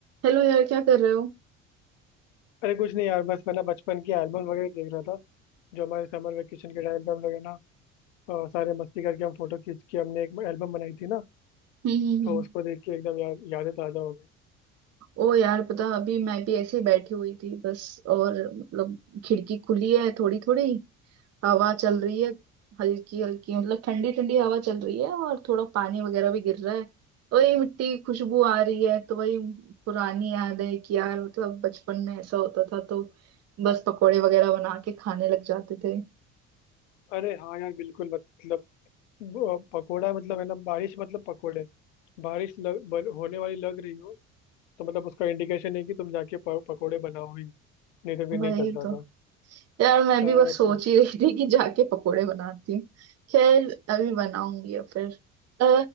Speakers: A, on the right; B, on the left.
A: हेलो यार क्या कर रहे हो
B: अरे कुछ नहीं यार बस मैं ना बचपन की एल्बम वगैरह देख रहा था जो हमारे समर वेकेशन के टाइम पे हम लोग है ना अ, सारे मस्ती करके हम फोटो खींच के हमने एक एल्बम बनाई थी ना
A: हम्म हम्म
B: तो
A: हम्म।
B: उसको देख के एकदम यार यादें ताजा हो गई
A: ओ यार पता अभी मैं भी ऐसे ही बैठी हुई थी बस और मतलब खिड़की खुली है थोड़ी थोड़ी हवा चल रही है हल्की हल्की मतलब ठंडी ठंडी हवा चल रही है और थोड़ा पानी वगैरह भी गिर रहा है तो ये मिट्टी की खुशबू आ रही है तो वही पुरानी याद है कि यार मतलब बचपन में ऐसा होता था तो बस पकोड़े वगैरह बना के खाने लग जाते थे
B: अरे हाँ यार बिल्कुल मतलब ब- पकोड़ा मतलब है ना बारिश मतलब पकोड़े बारिश लग, बन, होने वाली लग रही हो तो मतलब उसका इंडिकेशन है कि तुम जाके प- पकोड़े बनाओ ही नहीं तो फिर
A: वही
B: नहीं चलता
A: तो
B: था
A: यार मैं
B: यार
A: भी बस
B: मतलब
A: सोच ही रही थी कि जाके पकोड़े बनाती हूँ खैर अभी बनाऊंगी या फिर अ,